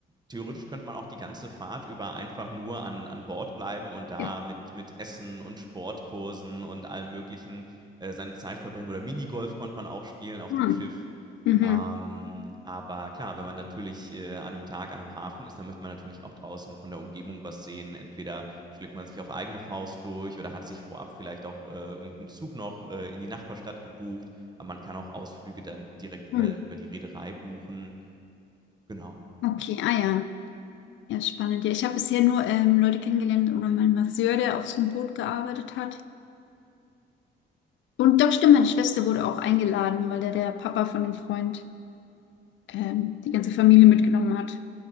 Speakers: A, on the right; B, on the left.
A: theoretisch könnte man auch die ganze Fahrt über einfach nur an, an Bord bleiben und da
B: Ja.
A: mit, mit Essen und Sportkursen und allem Möglichen äh, seine Zeit verbringen. Oder Minigolf konnte man auch spielen auf
B: Hm.
A: dem Schiff.
B: Mhm.
A: Ähm, aber klar, wenn man natürlich, äh, an einem Tag an einem Hafen ist, dann möchte man natürlich auch draußen von der Umgebung was sehen. Entweder schlägt man sich auf eigene Faust durch oder hat sich vorab vielleicht auch, äh, irgend Zug noch, äh, in die Nachbarstadt gebucht. Aber man kann auch Ausflüge dann direkt über
B: Hm.
A: über die Reederei buchen. Genau.
B: Okay, ah ja. Ja, spannend. Ja, ich habe bisher nur ähm, Leute kennengelernt oder meinen Masseur, der auf so einem Boot gearbeitet hat. Und doch, stimmt, meine Schwester wurde auch eingeladen, weil da der Papa von dem Freund ähm, die ganze Familie mitgenommen hat.